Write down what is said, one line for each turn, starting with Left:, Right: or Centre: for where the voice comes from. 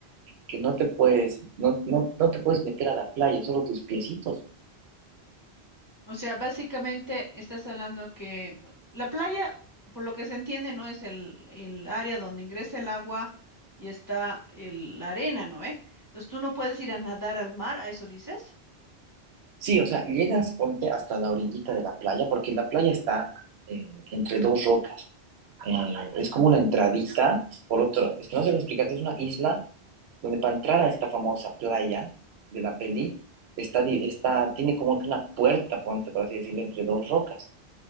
Right: Que no te puedes, no, no, no te puedes meter a la playa, solo tus piecitos.
Left: O sea, básicamente estás hablando que bueno, la playa, por lo que se entiende, no es el, el área donde ingresa el agua y está el- la arena, ¿no? ¿Eh? Entonces tú no puedes ir a nadar al mar, ¿a eso dices?
Right: Sí, o sea, llegas, ponte hasta la orillita de la playa, porque la playa está eh, entre dos rocas. Eh, es como una entradita, por otro, es que no sé cómo explicarte, es una isla donde para entrar a esta famosa playa de la peli, está, di- está, tiene como que una puerta, ponte, por así decirlo, entre dos rocas.